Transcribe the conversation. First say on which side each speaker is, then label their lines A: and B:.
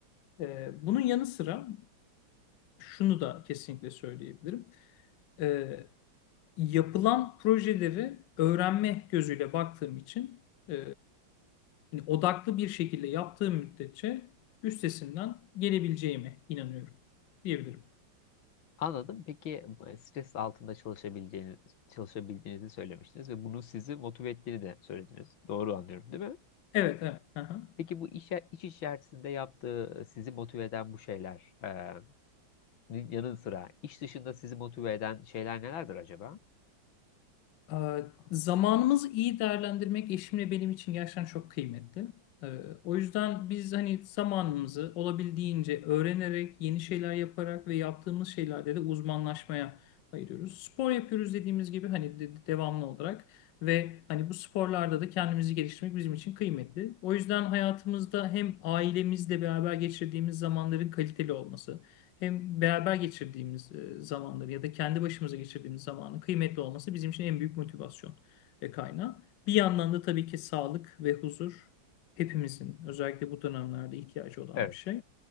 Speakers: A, on the left (about 70°); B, on the left (about 80°).
A: E, bunun yanı sıra şunu da kesinlikle söyleyebilirim e, yapılan projeleri öğrenme gözüyle baktığım için e, hani odaklı bir şekilde yaptığım müddetçe üstesinden gelebileceğime inanıyorum diyebilirim.
B: Anladım. Peki e, stres altında çalışabileceğiniz, çalışabildiğinizi söylemiştiniz ve bunun sizi motive ettiğini de söylediniz. Doğru anlıyorum, değil mi?
A: Evet, evet. aha.
B: Peki bu iş, iş içerisinde yaptığı sizi motive eden bu şeyler e, yanı sıra iş dışında sizi motive eden şeyler nelerdir acaba?
A: Ee, Zamanımızı iyi değerlendirmek eşimle benim için gerçekten çok kıymetli. Ee, O yüzden biz hani zamanımızı olabildiğince öğrenerek, yeni şeyler yaparak ve yaptığımız şeylerde de uzmanlaşmaya ayırıyoruz. Spor yapıyoruz dediğimiz gibi hani de- devamlı olarak ve hani bu sporlarda da kendimizi geliştirmek bizim için kıymetli. O yüzden hayatımızda hem ailemizle beraber geçirdiğimiz zamanların kaliteli olması, hem beraber geçirdiğimiz e, zamanları ya da kendi başımıza geçirdiğimiz zamanın kıymetli olması bizim için en büyük motivasyon ve kaynağı. Bir yandan da tabii ki sağlık ve huzur hepimizin özellikle bu dönemlerde ihtiyacı olan
B: Evet.
A: bir şey.